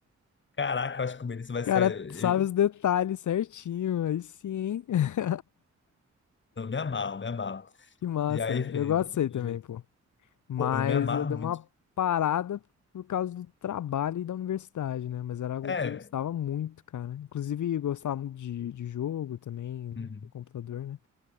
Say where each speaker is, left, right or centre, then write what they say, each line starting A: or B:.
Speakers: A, on the left; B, on the left.
A: caraca, eu acho que o Benício vai
B: Cara,
A: ser.
B: sabe
A: Eu,
B: os detalhes certinho. Aí sim, hein? <laughs>
A: eu me amarro, me amarro.
B: Que massa.
A: E aí, enfim,
B: Eu gosto disso aí também,
A: ele-
B: pô. Mas
A: pô, eu me amarro
B: eu dei
A: muito.
B: uma parada por causa do trabalho e da universidade, né? Mas era algo
A: É.
B: que eu gostava muito, cara. Inclusive, eu gostava muito de, de jogo também,
A: uhum,
B: no computador, né?